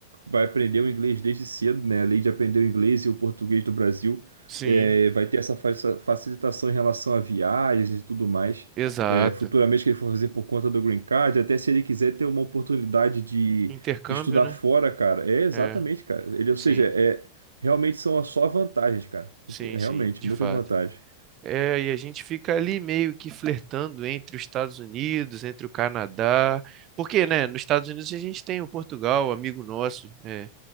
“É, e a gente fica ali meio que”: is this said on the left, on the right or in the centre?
Right